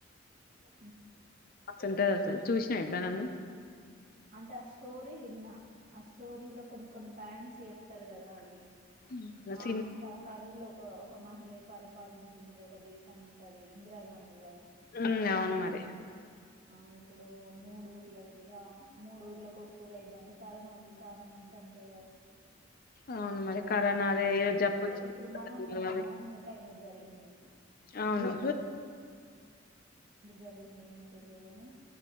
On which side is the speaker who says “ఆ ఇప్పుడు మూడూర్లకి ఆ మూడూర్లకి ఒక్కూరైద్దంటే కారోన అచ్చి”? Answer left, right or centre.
Right